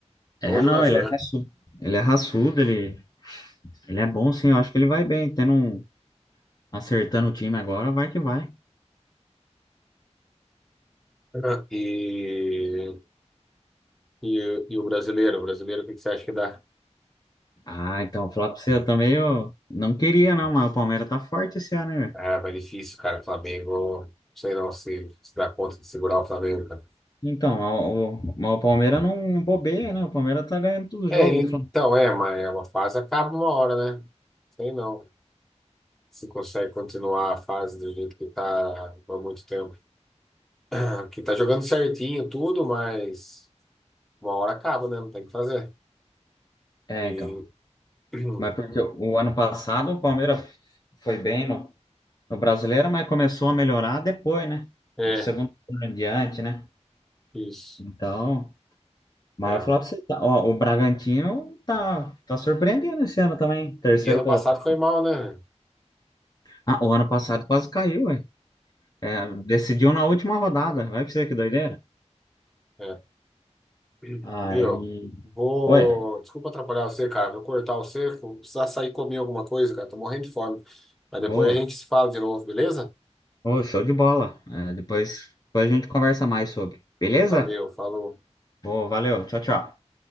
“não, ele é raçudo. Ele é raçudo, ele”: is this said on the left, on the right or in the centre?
Left